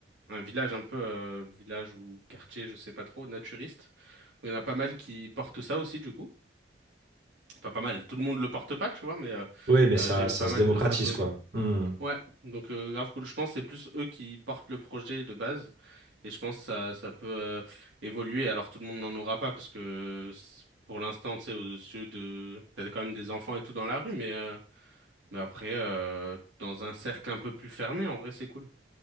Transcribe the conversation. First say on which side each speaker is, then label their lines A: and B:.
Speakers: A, on the right; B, on the right.
A: un village un peu, euh, village ou quartier, je sais pas trop, naturiste, où il y en a pas mal qui portent ça aussi, du coup. Enfin, pas mal, tout le monde le porte pas, tu vois, mais euh,
B: Oui, mais ça,
A: euh, j'ai
B: ça
A: vu pas
B: se
A: mal
B: démocratise,
A: de photos
B: quoi.
A: et tout.
B: Hmm.
A: Ouais, donc euh, grave cool. Je pense que c'est plus eux qui portent le projet de base, et je pense que ça, ça peut euh, évoluer. Alors tout le monde n'en aura pas, parce que c'est- pour l'instant, tu sais, aux yeux de... T'as quand même des enfants et tout dans la rue, mais, euh, mais après, euh, dans un cercle un peu plus fermé, en vrai, c'est cool.